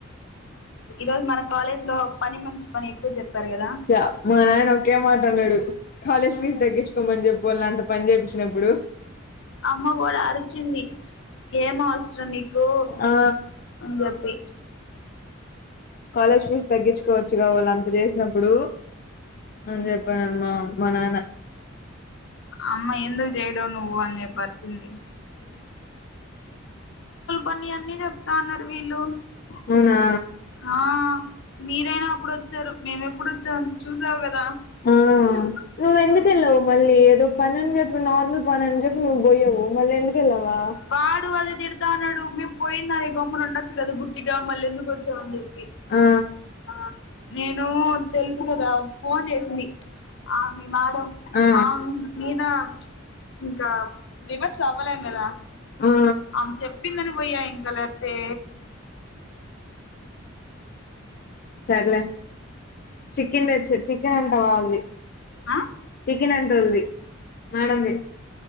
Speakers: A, on the left (about 65°); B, on the left (about 45°).
A: ఈరోజు మన కాలేజ్ లో పని మనిషి పని ఎక్కువ చెప్పారు కదా
B: చ మా నాయన ఒకే మాటన్నడూ కాలేజ్ ఫీజ్ తగించుకోమను చేప్పు వాళ్లంత పని చెపించినపుడు
A: అమ్మ గూడ అరిచింది ఏం అవసరం నీకూ
B: ఆ
A: అని జెప్పి
B: కాలేజ్ ఫీజ్ తగ్గిచ్చుకోవచ్చు గా వాళ్లంత చేసినప్పుడూ అని చెప్పా మా మా నాయన
A: అమ్మ ఎందుకు చేయడు నువ్వు అని చెప్పి నువ్వు అర్చింది పనులు అన్నీ చెప్తా అన్నారు వీళ్ళు
B: అవునా
A: ఆ మీరైనా అప్పుడొచ్చారు మేము ఎప్పుడొచ్చాం చూసావ్ గదా
B: ఆ
A: చెప్
B: నువ్వు ఎందుకెళ్ళవు మళ్ళీ ఏదో పని చెప్పి నార్మల్ పని చెప్పి నువ్వు పోయావు మళ్ళ ఎందుకు వెళ్లవు
A: వాడూ అదే తిడతాన్నాడు మేం పోయిందానికి గమ్మునుండొచ్చు కదా గుట్టిగా మల్లెందుకు వచ్ ఇస్తా అని చెప్పి
B: ఆ
A: ఆ నేనూ తెల్సు గదా ఫోన్ చేసింది ఆ మి మ్యాడం
B: ఆ
A: ఆమ్ మీదా ఇంకా రివర్స్ అవ్వలేం గదా
B: ఆ
A: అమె చెప్పిందని పోయా ఇంకలతే
B: సర్లే చికెన్ తెచ్చ చికెన్ అంట వాళ్ళది
A: ఆ
B: చికెన్ అంట వొళది మేడం ది